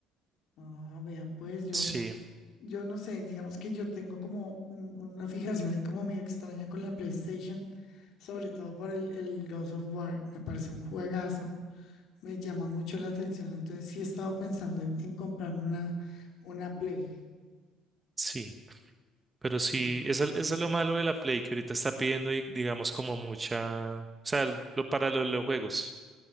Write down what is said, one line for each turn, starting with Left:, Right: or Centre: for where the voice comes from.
Left: Ah, vea, pues yo,
Right: Sí,
Left: yo no sé, digamos que yo tengo como un- una fijación ahí como medio extraña con la PlayStation, sobre todo por el, el Ghost of War, me parece un juegazo, me llama mucho la atención, entonces sí he estado pensando en, en comprarme una, una Play,
Right: sí. Pero sí,
Left: pero pues
Right: eso,
Left: sí,
Right: eso es lo malo de la Play que ahorita está pidiendo, y, digamos, como mucha, o sea, lo, para los, los juegos.